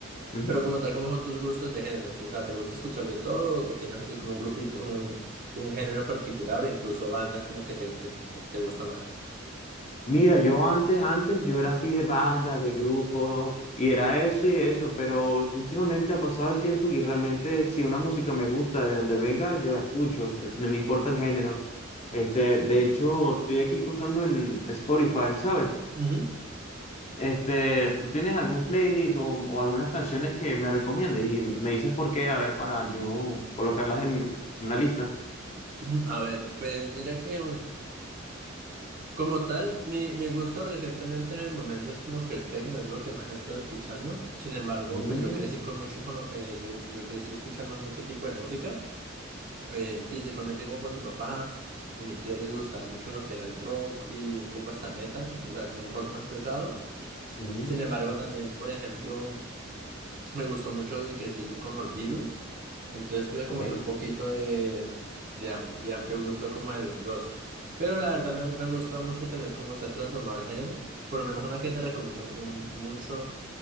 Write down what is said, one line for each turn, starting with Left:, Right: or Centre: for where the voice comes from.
Left: Ujú.
Right: pero como tal, ¿cómo son tus gustos de géneros? O sea, ¿te gusta escuchar de todo o tienes así como un grupito, un, un género en particular o incluso bandas como que te, que te te gusta más?
Left: Mira, yo antes, antes, yo era así de bandas, de grupos, ¿no? y era eso y eso, pero últimamente ha pasado el tiempo y realmente si una música me gusta, de donde venga, yo la escucho, o sea, no me importa el género. Este, de hecho, estoy aquí usando en Spotify, ¿sabes?
Right: Ujú.
Left: Este, ¿tú tienes algún playlist o, o algunas canciones que me recomiendes y me dices por qué, a ver, para yo colocarlas en una lista?
Right: Ujú. A ver, pues mira que... Como tal, mi, mi gusto recientemente en el momento es como que el techno es lo que más he estado escuchando. Sin embargo,
Left: Mm,
Right: pues yo crecí con mucho, con, lo- eh, yo, yo crecí escuchando mucho tipo de música, eh, principalmente como por mi papá y mi tío les gustaba mucho lo que era el rock y un poco hasta el metal, o sea, como un rock más pesado.
Left: mm,
Right: Sin embargo, también, por ejemplo, me gustó mucho y crecí con los virus. Entonces tuve como
Left: ok.
Right: que un poquito de, de, am- de amplio gusto como de los dos. Pero la verdad me, me ha gustado mucho también cómo se ha transformado el género. Por lo menos una que te recomiendo un- mucho